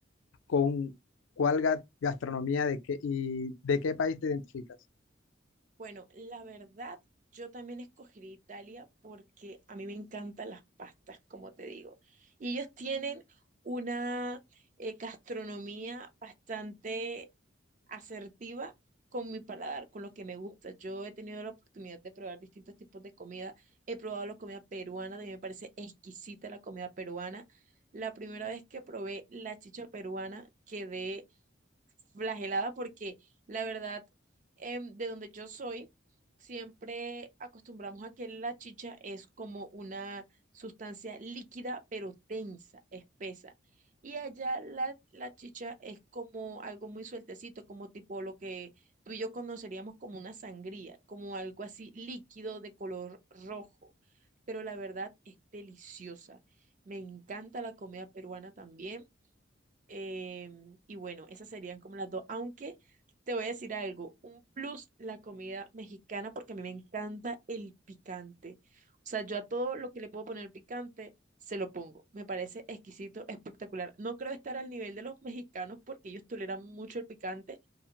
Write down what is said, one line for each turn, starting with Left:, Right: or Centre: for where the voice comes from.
Left: con cuál ga- gastronomía de qué, y de qué país te identificas.
Right: Bueno, la verdad, yo también escogería Italia porque a mí me encantan las pastas, como te digo. Y ellos tienen una eh, gastronomía bastante asertiva con mi paladar, con lo que me gusta. Yo he tenido la oportunidad de probar distintos tipos de comida. He probado la comida peruana, de mí me parece exquisita la comida peruana. La primera vez que probé la chicha peruana quedé flagelada porque la verdad, em, de donde yo soy, siempre acostumbramos a que la chicha es como una sustancia líquida pero densa, espesa. Y allá la, la chicha es como algo muy sueltecito, como tipo lo que tú y yo conoceríamos como una sangría, como algo así líquido de color rojo. Pero la verdad es deliciosa. Me encanta la comida peruana también. Em, y bueno, esas serían como las dos. Aunque te voy a decir algo, un plus la comida mexicana porque a mí me encanta el picante. O sea, yo a todo lo que le puedo poner picante, se lo pongo. Me parece exquisito, espectacular. No creo estar al nivel de los mexicanos porque ellos toleran mucho el picante,